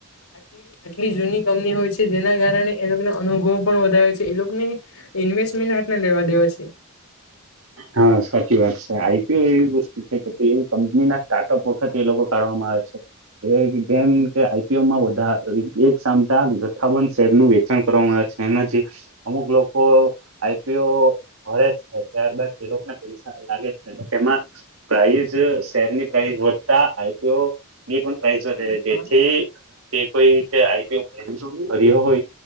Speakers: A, on the left; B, on the right.
A: આટ આટલી જૂની કંપની હોય છે જેના કારણે એ લોકોને અનુભવ પણ વધારે છે એ લોકોને ઇન્વેસ્ટમેન્ટ હાથ ને લેવા દેવા છે.
B: હા સાચી વાત છે આઈપીઓ એવી વસ્તુ છે કે એવી કંપની ના સ્ટાટઅપ વખતે એ લોકો કરવામાં આવે છે. એ જેમ કે આઈપીઓમાં વધાર એક સામ જથ્થાબંધ શેરનું વેચાણ કરવામાં આવે છે. એમાંથી અમુક લોકો આઈ. પી. ઓ. ઘરે જ થાય ત્યારબાદ જે લોકોને પૈસા લાગે છે તેમાં પ્રાાઈઝ શેર ની પ્રાાઈઝ વધ તા આઈ. પી. ઓ. એ પણ પ્રાઈઝ વધે છે
A: હા
B: તેથી જે કોઈ રીતે આઈ. પી. ઓ. ભર્યો હોય